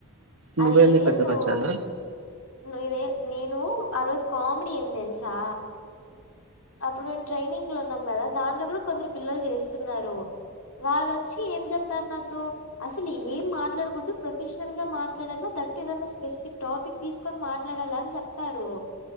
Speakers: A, on the left (about 90°); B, on the right (about 70°).
A: అరె
B: నువ్వేంది
A: ఏంది
B: పెద్ద
A: నువ్వు
B: బచ్చానా
A: ను ఇదే నేను ఆ రోజు కామెడీ ఎంద్ తెల్సా అప్పుడు మేము ట్రైనింగ్ లో ఉన్నాం కదా దాంట్లో కూడా కొందరు పిల్లలు చేస్తున్నారు వాళ్ళొచ్చి ఏం చెప్పారు నాతో అసలు ఏం మాట్లాడకో ప్రొఫెషనల్ గా మాట్లాడాల గట్టిగన్నా, స్పెసిఫిక్ టాపిక్ తీసుకొని మాట్లాడాలా అని చెప్పారు.